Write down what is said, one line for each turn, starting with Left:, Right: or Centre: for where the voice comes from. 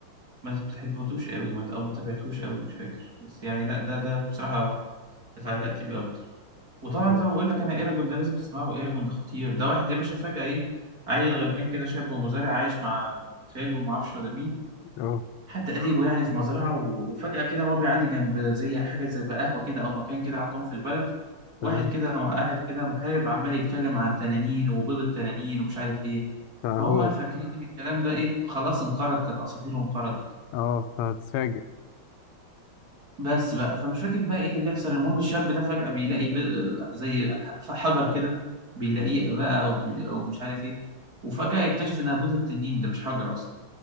Right: ما بتحبتوش قوي ما- او ما تابعتوش قوي مش فاكر بس يعني لا ده ده بصراحه اتعلقت بيه اكتر وطبعا
Left: أوكي.
Right: زي ما بقول لك انا ايراجون ده لازم تسمعه ايراجون ده خطير ده واحد يا باشا فجاه ايه عيل غلبان كده شاب ومزارع عايش مع خاله وما اعرفش ولا مين
Left: اه
Right: حتى قريبه يعني في مزرعه و- وفجاه كده وهو بيعدي جنب زي حاجه زي بقى قهوه كده او مكان كده عندهم في البلد
Left: تمام
Right: واحد كده قاعد كده محارب عمال يتكلم عن تنانين وبيض التنانين ومش عارف ايه
Left: فهو
Right: فهم فاكرين
Left: ده
Right: ان الكلام ده ايه خلاص انقرض كانت اساطيره انقرضت
Left: اه فهتتفاجئ
Right: بس بقى فمش فاكر بقى ايه اللي بيحصل المهم الشاب ده فجأة بيلاقي ب... زي ح- حجر كده بيلاقيه بقى او, بي... أو مش عارف ايه وفجأة يكتشف انها بيضة تنين ده مش حجر اصلا